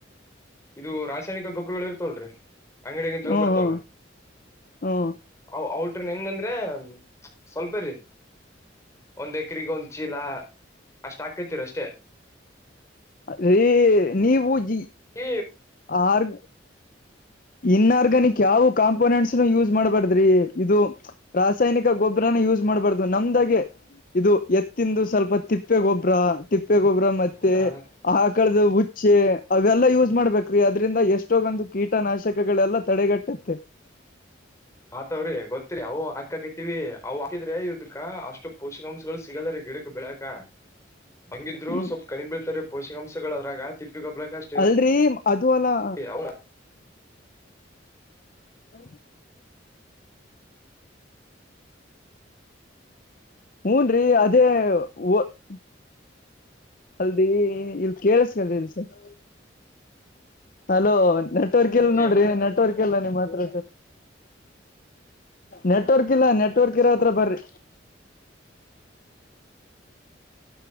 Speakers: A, on the left; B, on the left.
A: ಇದು ರಾಸ್ ಸೈನಿಕ ಗೊಬ್ಬರುಗಳು ಇರ್ತವಲ್ ಅಂಗಡಿಯಂತ ತಗೊ
B: ಹ್ಮ್
A: ಬರ್ತವಲ್ಲ
B: ಹ್ಮ್ ಹ್ಮ್
A: ಅ ಔಟ್ರ ಹೆಂಗಂದ್ರೆ ಸ್ವಲ್ಪ ರೀ ಒಂದ್ ಎಕ್ರಿಗೆ ಒಂದ್ ಚೀಲ ಅಷ್ಟ ಹಾಕೈತಿರ ಅಷ್ಟೇ
B: ರೇ ನೀವು ಜಿ
A: ಹ್ಮ
B: ಆರ್ ಇನ್ ಆರ್ಗನಿಕ್ ಯಾವ ಕಾಂಪೋನೆಂಟ್ಸ್ನು ಯೂಸ್ ಮಾಡ್ಬಾರ್ದು ಇದು ರಾಸಾಯನಿಕ ಗೊಬ್ಬ್ರನ ಯೂಸ್ ಮಾಡ್ಬಾರ್ದು ನಮ್ದಾಗೆ ಇದು ಎತ್ತಿಂದು ಸ್ವಲ್ಪ ತಿಪ್ಪೆ ಗೊಬ್ಬರ ತಿಪ್ಪೆ ಗೊಬ್ಬರ ಮತ್ತೆ
A: ಹ
B: ಆ ಮಳ್ದ ಹುಚ್ಚಿ ಅವೆಲ್ಲಾ ಯೂಸ್ ಮಾಡ್ಬೇಕು ಅದ್ರಿಂದ ಎಷ್ಟೊಂದು ಕೀಟನಾಶಕಗಳೆಲ್ಲ ತಡೆಗಟ್ಟುತ್ತೆ ಹ
A: ಆತವ್ರಿ ಗೊತ್ತತ್ರಿ ಅವು ಹಾಕಕತಿವಿ ಅವು ಹಾಕಿದ್ರೆ ಇದ್ದಕ್ಕೆ ಅಷ್ಟು ಪೋಷಕಾಂಶಗಳು ಸಿಗದ್ರ ಗಿಡ ಬೆಳಕಾ
B: <inaudible>
A: ಹೆಂಗಿದ್ರು
B: ಹ್ಮ್
A: ಸ್ವಲ್ಪ ಕಡಿಮಿ ಬ ಬಿಳ್ತಾರೆ ಪೋಷಕಾಂಶಗಳು ಅದ್ರಾಗ ತಿಪ್ಪಿ ಗೊಬ್ರ ಪ್ರ
B: ಅಲ್ರರಿ ಅದು ಅಲ್ಲಾ
A: ಹ ಅವ
B: ಹ ಹೂನ್ ರೀ ಅದ <unintelligible> ಅಲ್ದಿ ಇಲ್ ಕೇಳಿಸ್ಕೊಳ್ಳಿ ಸ್ವಲ್ಪ ಹಲೋ ನೆಟ್ವರ್ಕ್ ಇಲ್ಲ
A: ಹೇಳ್ರಿ
B: ನೋಡ್ರಿ ನೆಟ್ವರ್ಕ್ ಇಲ್ಲ ನಿಮ್ಮ್ ಹತ್ರ ನೆಟ್ವರ್ಕ್ ಇಲ್ಲ ನೆಟ್ವರ್ಕ್ ಇರ ಹತ್ರ ಬರ್ರಿ